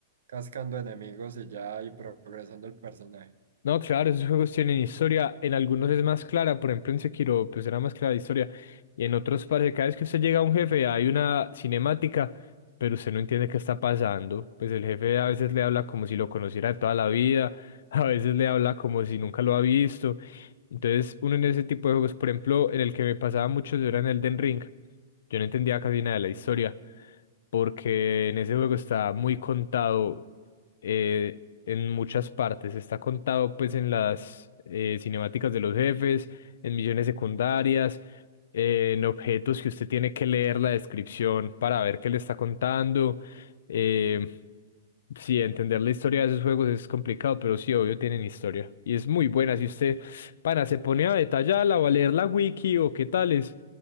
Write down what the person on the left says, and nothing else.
No, claro, esos juegos tienen historia. En algunos es más clara, por ejemplo en Sekiro, pues era más clara la historia. Y en otros parece que cada vez que usted llega a un jefe hay una cinemática, pero usted no entiende qué está pasando. Pues el jefe a veces le habla como si lo conociera de toda la vida, <laughs> a veces le habla como si nunca lo ha visto. Entonces, uno en ese tipo de juegos, por ejemplo, en el que me pasaba mucho yo era en Elden Ring. Yo no entendía casi nada de la historia porque en ese juego está muy contado eh, en muchas partes. Está contado pues en las eh, cinemáticas de los jefes, en misiones secundarias, eh, en objetos que usted tiene que leer la descripción para ver qué le está contando. eh, Sí, entender la historia de esos juegos es complicado, pero sí, obvio, tienen historia. Y es muy buena. Si usted, pana, se pone a detallarla o a leer la wiki o qué tales,